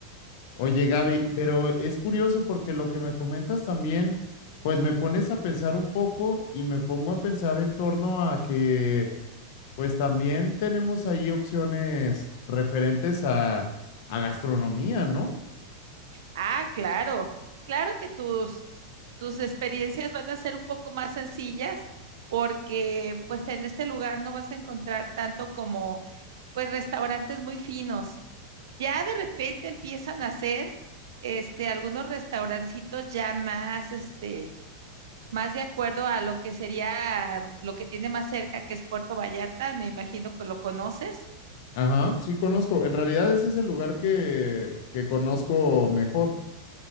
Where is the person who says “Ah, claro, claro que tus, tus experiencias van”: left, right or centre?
Right